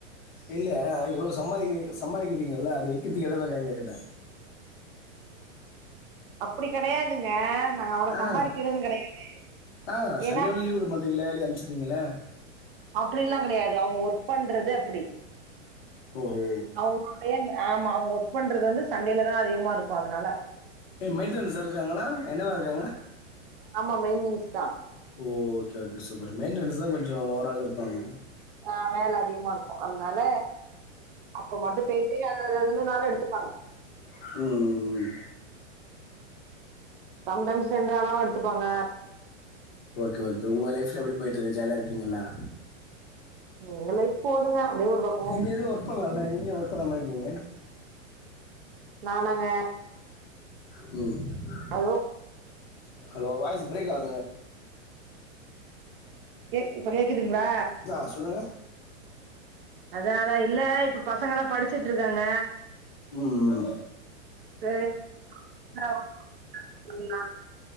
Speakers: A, on the left; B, on the right.
A: இல்ல அ இவ்ளோ சம்பாதிகிற சம்பாதிக்கிறீங்கள அத வெக்கிறதுக்கு எடோ <inaudible> இருக்கானு கேட்டே
B: அப்டி கெடையாதுங்க நாங்க அவ்ளோ
A: ஆ
B: சம்பாதிக்கிறதுனு கெடையாது
A: ஆ சண்டேகுட
B: ஏன்னா
A: லீவுவுடமாட்டெங்களே வேளக்கு அனுப்ச்சிட்டுங்களே
B: அப்டில்லா கெடையாது அவுங்க ஒர்க் பண்றது அப்டி
A: ஓஹோ
B: அவ்ங்க <inaudible> ஆம அவுங்க ஒர்க் பண்றது வந்து சண்டேல தா அதிகமா இருக்கு அதுனால
A: ஏங்க மெயின்டனன்ஸ் இருக்காங்களா என்னவா இருக்காங்க
B: ஆமா மெயின்டன்ஸ் தா
A: ஓ ஓகே ஓகே சூப்பர் மெய்ன்டனஸ் தா கொஞ்சோ ஓவர்ராள் இருப்பாங்க
B: ஆ வேல அதிகமா இருக்கு அதனால அப்ப மட்டு பேய்ட்டு <unintelligible> இன்னொரு நாளு எடுத்துப்பாங்க
A: ம் ம் ம்
B: சம் டைம்ஸ் ரெண்டு நாளாவு எடுத்துப்பாங்க
A: ஓகே ஒகே உங்க லைஃப்ல எப்டி போய்ட்டு இருக்கு ஜாலியா இருக்கீங்களா
B: எங்க லைஃப் போதுங்க அப்டியே ஒரு பக்
A: நீங்க எதுவு ஒர்க் பண்லாம்ல நீங்க ஏ ஒர்க் பண்ணாம இருக்கீங்க
B: நானாங்க
A: ம்
B: <unintelligible>
A: ஹலோ வாய்ஸ் ப்ரேக் ஆவுதுங்க
B: கேக்கு இப்ப கேக்குதுங்ளா
A: ஆ சொல்லுங்க.
B: அத அதா இல்ல இப்ப பசங்கலா படிச்சுட்டு இருக்காங்க
A: ம்.
B: <inaudible>